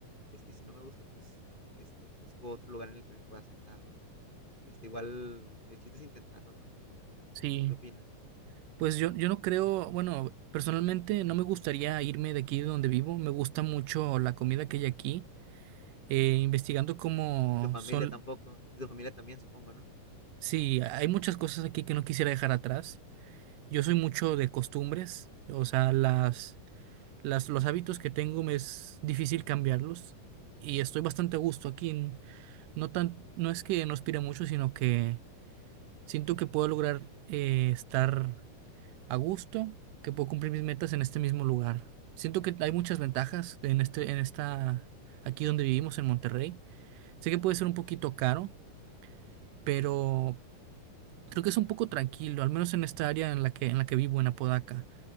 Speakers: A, on the left; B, on the right.
A: Este, y si no me gusta, pues, este, busco otro lugar en el que me pueda sentar, ¿no? Este, igual el chiste es intentarlo, ¿no?
B: Sí,
A: ¿Tú qué opinas?
B: pues yo, yo no creo, bueno, personalmente no me gustaría irme de aquí de donde vivo, me gusta mucho la comida que hay aquí, eh, investigando cómo
A: Y tu familia
B: son,
A: tampoco. Y tu familia también, supongo, ¿no?
B: sí, hay muchas cosas aquí que no quisiera dejar atrás. Yo soy mucho de costumbres, o sea, las... Las, los hábitos que tengo me es difícil cambiarlos y estoy bastante a gusto aquí. N- No tan, no es que no aspire mucho, sino que siento que puedo lograr eh, estar a gusto, que puedo cumplir mis metas en este mismo lugar. Siento que hay muchas ventajas en este, en esta, aquí donde vivimos, en Monterrey. Sé que
A: Ujú.
B: puede ser un poquito caro, pero creo que es un poco tranquilo, al menos en esta área en la que, en la que vivo, en Apodaca.